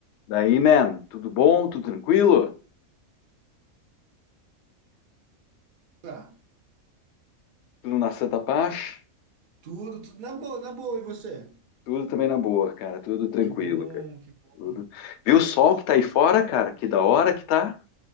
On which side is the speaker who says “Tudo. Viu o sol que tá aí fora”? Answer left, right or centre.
Left